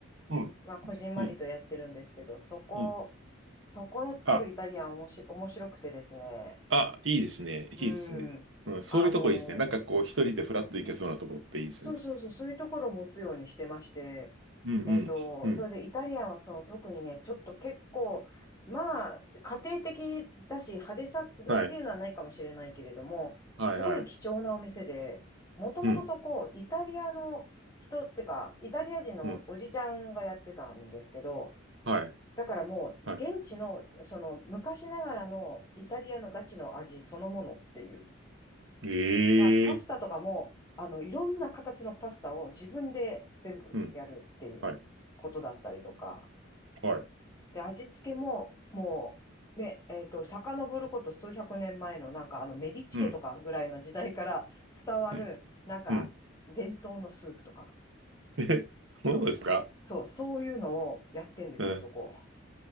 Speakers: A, on the right (about 70°); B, on the left (about 15°).
A: うん、
B: まあ、こじんまりとやってるんですけど、
A: うん、
B: そこ、
A: うん。
B: そこの作るイタリアンおもし、
A: あ、
B: 面白くてですね。
A: あ、いいですね。いいですね。
B: うん。
A: うん、そういうとこいいですね。
B: あの、
A: なんかこう、一人でフラッと行けそうなとこっていいですね。
B: そうそうそう、そういうところを持つようにしてまして、
A: うん、うん、
B: えっと、
A: うん。
B: それでイタリアンはその特にね、ちょっと結構、まあ、家庭的だし、派手さっていうのはないかもしれないけれども、
A: はい、はい、
B: すごい貴重なお店で、
A: はい。
B: もともとそこ、
A: うん、
B: イタリアの人ってか、イタリア人のおじちゃんがやってたんですけど、
A: うん、はい、
B: だからもう、
A: はい。
B: 現地の、その、昔ながらのイタリアのガチの味そのものっていう。
A: ええ、
B: だからパスタとかも、あの、いろんな形のパスタを自分で全部やるっていうことだったりとか。
A: うん、はい、はい。
B: で、味付けも、もう、ね、えっと、遡ること数百年前の、なんか、あの、メディチ家とかぐらいの時代から伝わる、
A: うん、うん、
B: なんか、
A: うん。
B: 伝統のスープとか。
A: <laughs> え、
B: そう。
A: そうですか
B: そう、そういうのをやってんですよ、
A: うん。
B: そこ。